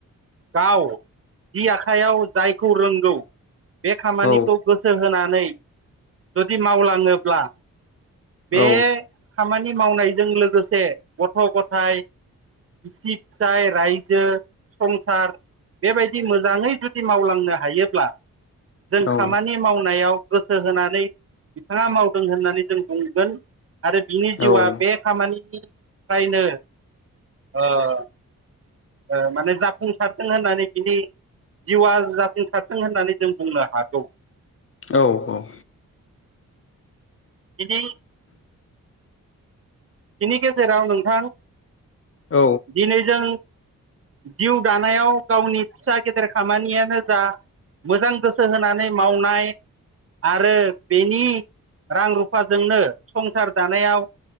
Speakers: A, on the right; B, on the left.
A: गाव जि आखाइयाव जायखौ रोंगौ बे खामानिखौ
B: औ
A: गोसो होनानै जुदि मावलाङोब्ला बे
B: औ
A: खामानि मावनायजों लोगोसे गथ' गथाय बिसि फिसाय रायजो संसार। बेबायदि मोजाङै जुदि मावलांनो हायोब्ला। जों
B: औ
A: खामानि मावनायाव गोसो होनानै बिथाङा मावदों होननानै जों बुंगोन आरो बिनि जिउआ
B: औ
A: बे खामानि नि खायनो ओ माने जाफुंसारदों होननानै बिनि जिउआ जाफुंसारथों होननानै जों बुंनो हागौ
B: औ औ
A: बिदि बिनि गेजेराव नोंथां
B: औ
A: दिनै जों जिउ दानायाव गावनि फिसा गेदेर खामानियानो जा मोजां गोसो होनानै मावनाय आरो बेनि रां रुफाजोंनो संसार जानायाव